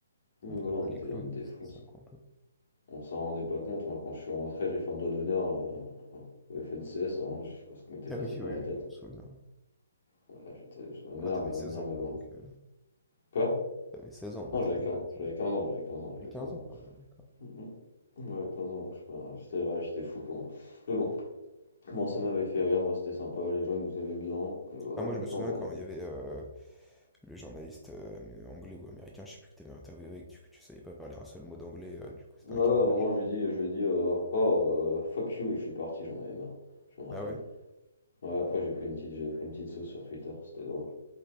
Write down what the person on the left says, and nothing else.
Mais
voilà
on
était,
on était
fous.
On s'en rendait pas compte, moi quand je suis rentré, j'ai fait un doigt d'honneur euh, au FNCS, vraiment, je sais pas ce qui m'était
passé
par
la tête.
Voilà, j'étais, j'étais- ma
mère,
ma,
ma mère
m'avait...
Quoi?
Non,
j'avais 15,
j'avais
15 ans, j'avais 15 ans,
j'avais
15 ans.
Mhm. Ouais, 15 ans, je sais pas, j'étais ouais, j'étais fou quoi. Mais bon, bon, ça m'avait fait rire, moi c'était sympa, les gens ils nous aimaient bien, et voilà,
maintenant
bon.
Ah ouais,
à un moment je lui ai dit, je lui ai dit, euh, oh, euh, fuck you, et je suis parti, j'en avais marre, je me rappelle.
Ouais, après j'ai pris une petite, j'ai pris une petite sauce sur Twitter, c'était drôle.